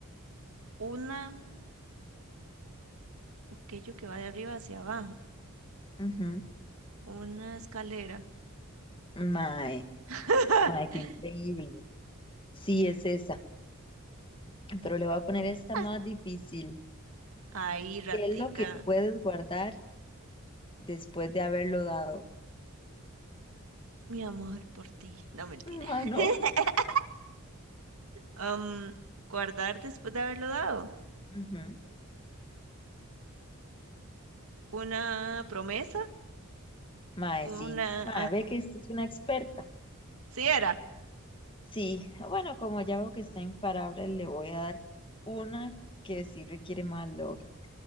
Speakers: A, on the right; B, on the left.
A: Una, aquello que va de arriba hacia abajo.
B: Ujú.
A: Una escalera.
B: Mae,
A: <laughs>
B: mae, qué increíble. Sí, es esa, pero le voy a poner esta
A: <laughs>
B: más difícil.
A: Ahí, ratica,
B: ¿Qué es lo que puedes guardar después de haberlo dado?
A: mi amor por ti. No, mentira.
B: Mano.
A: <laughs>
B: no.
A: Am, guardar después de haberlo dado.
B: <laughs> Ujú.
A: Una promesa,
B: Mae,
A: una...
B: sí. Mae,
A: ah,
B: ve que esta es una experta.
A: sí era.
B: Sí, bueno, como ya veo que está imparable, le voy a dar una que sí requiere más lógica.